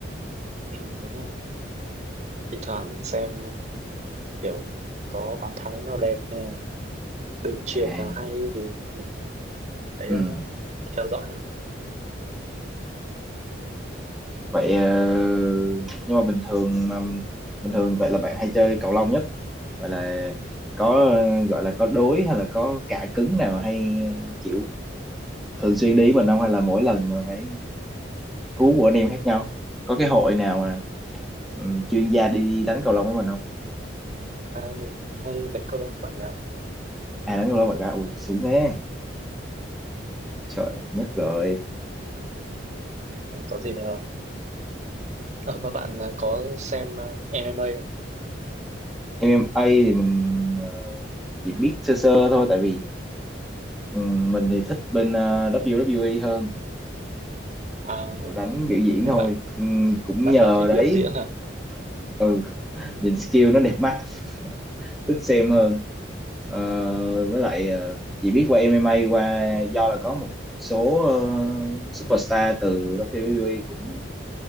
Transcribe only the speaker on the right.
ừ, đúng không thỉnh thoảng xem kiểu có bàn thắng nào đẹp hay là đường truyền
nào hay thì mình thấy
ờ, theo dõi thôi
à, mình hay đánh cầu lông với bạn gái
Ừ, có gì là à, mà bạn ờ, có xem ờ, MMA không
à
nhà
bạn
bạn
bạn thích
biểu diễn à